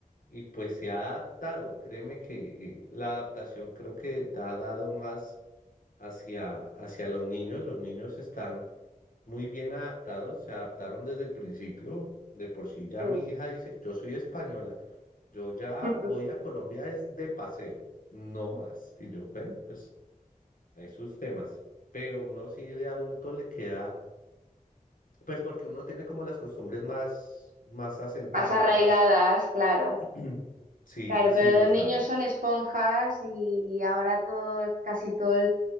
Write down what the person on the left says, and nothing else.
y pues se ha adaptado, créeme que eh, la adaptación creo que te ha dado más hacia, hacia los niños. Los niños están muy bien adaptados, se adaptaron desde el principio. De por sí ya
mi hija dice, yo soy española, yo ya
voy a Colombia es de paseo, no más. Y yo, bueno, pues hay sus temas. Pero uno sí de adulto le queda, pues porque uno tiene como las costumbres más, más asentadas,
más,
<clears throat> sí,
sí,
bastante.